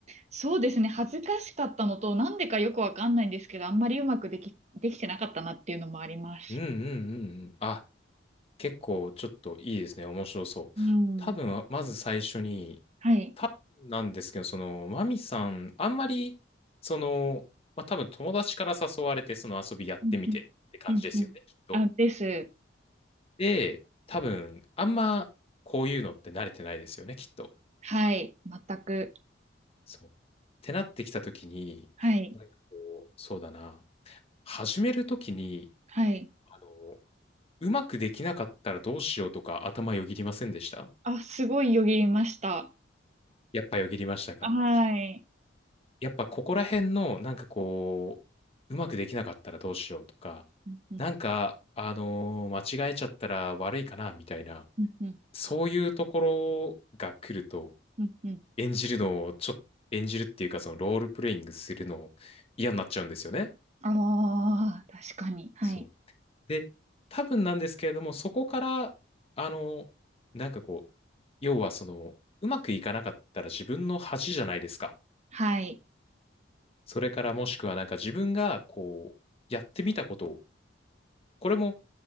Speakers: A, on the right; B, on the left.
A: そうですね。恥ずかしかったのと、なんでかよくわかんないんですけど、あんまりうまくでき、できてなかったなっていうのもあります。
B: うんうんうんうん。あ、結構ちょっといいですね。面白そう。
A: うん。
B: 多分、まず最初に、
A: はい。
B: 多分なんですけど、その、マミさん、あんまり、その、まあ、多分友達から誘われて、その遊びやってみてって感じですよね、
A: うんうん。うんうん。
B: きっと。
A: あ、です。
B: で、多分、あんま、こういうのって慣れてないですよね、きっと。
A: はい。全く。
B: そう。ってなってきたときに、
A: はい。
B: なんかこう、そうだな、始めるときに、
A: はい。
B: あの、うまくできなかったらどうしようとか頭よぎりませんでした
A: あ、すごいよぎりました。
B: やっぱよぎりましたか
A: はい。
B: やっぱここら辺の、なんかこう、うまくできなかったらどうしようとか、
A: うんうん。
B: なんか、あのー間違えちゃったら悪いかな、みたいな、
A: うんうん。
B: そういうところが来ると、
A: うんうん。
B: 演じるのを、ちょっと、演じるっていうか、そのロールプレイングするの嫌になっちゃうんですよね。
A: ああ、確かに。はい。
B: そう。で、多分なんですけれども、そこから、あのなんかこう、要はその、うまくいかなかったら自分の恥じゃないですか。
A: はい。
B: それからもしくはなんか自分がこう、やってみたことこれも、